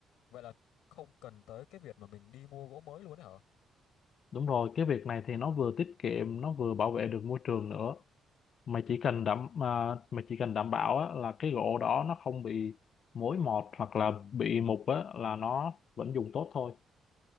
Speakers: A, on the left; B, on the left.
A: vậy là không cần tới cái việc mà mình đi mua gỗ mới luôn ấy hả?
B: Đúng rồi, cái việc này thì nó vừa tiết kiệm, nó vừa bảo vệ được môi trường nữa. Mà chỉ cần đảm mà, mà chỉ cần đảm bảo á, là cái gỗ đó nó không bị mối mọt hoặc là bị mục á, là nó vẫn dùng tốt thôi.